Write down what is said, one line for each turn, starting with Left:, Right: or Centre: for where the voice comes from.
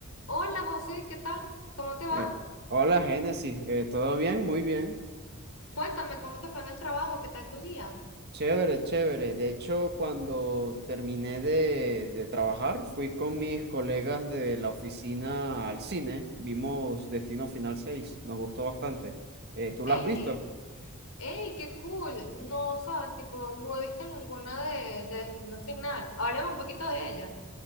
Left: Hola José, ¿qué tal? ¿Cómo te va?
Right: Eh, hola Génesis, Eh, ¿todo bien? Muy bien.
Left: Cuéntame cómo te fue en el trabajo, ¿qué tal tu día?
Right: Chévere, chévere. De hecho, cuando terminé de, de trabajar, fui con mis colegas de la oficina al cine. Vimos Destino Final 6, nos gustó bastante. Eh, ¿tú la
Left: ¡Ey!
Right: has visto?
Left: ¡Ey! ¡Qué cool! No sabes, tipo, no he visto ninguna de, de Destino Final. Háblame un poquito de ella.